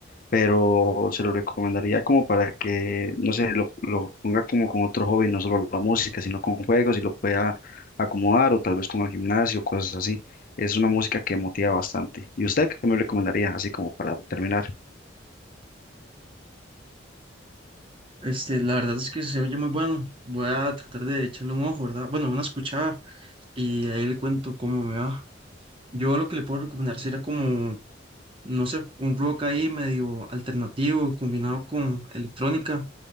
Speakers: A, on the left (about 45°); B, on the right (about 30°).
A: pero se lo recomendaría como para que, no sé, lo, lo ponga como con otro hobby, no solo la música, sino con juegos y lo pueda acomodar o tal vez con el gimnasio, cosas así. Es una música que motiva bastante. ¿Y usted qué me recomendaría, así como para terminar?
B: Este, la verdad es que se oye muy bueno. Voy a tratar de echarle un ojo, ¿verdad? Bueno, una escuchada y ahí le cuento cómo me va. Yo lo que le puedo recomendar sería como no sé, un rock ahí medio alternativo combinado con electrónica.